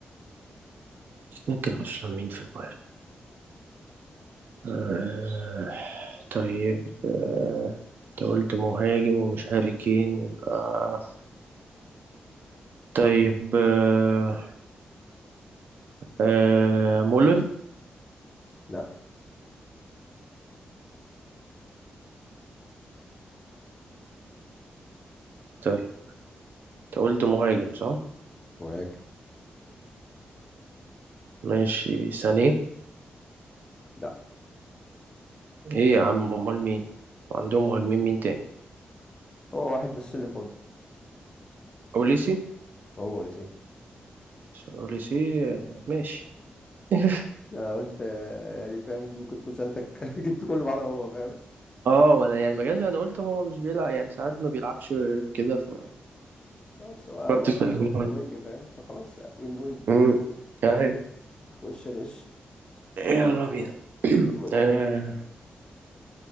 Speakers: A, on the right; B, on the left.
A: مش فاكر أصلا مين في البايرن آه طيب آه أنت قلت مهاجم ومش هاري كين يبقى طيب آه آه مولر
B: لا
A: طيب أنت قلت مهاجم صح؟
B: مهاجم
A: ماشي سانيه
B: لا
A: إيه يا عم أمال مين؟ عندهم مهاجمين مين تاني؟
B: هو واحد بس اللي فاضل
A: أوليسي
B: هو وليسي
A: أوليسي آه، ماشي <laughs>
B: انا قلت آه، يعني فاهم دي ممكن تكون سألتك <laughs> جبت كل بعض هو فاهم
A: اه وانا يعني ما جاش انا قلت هو مش بيلعب يعني ساعات ما بيلعبش كده ف
B: آه، بس هو
A: فكرت
B: مع
A: في الموضوع.
B: وينج فاهم فخلاص وينج وينج
A: امم ايوه
B: خش يا باشا
A: يلا بينا <clears throat>
B: قول
A: آه
B: لي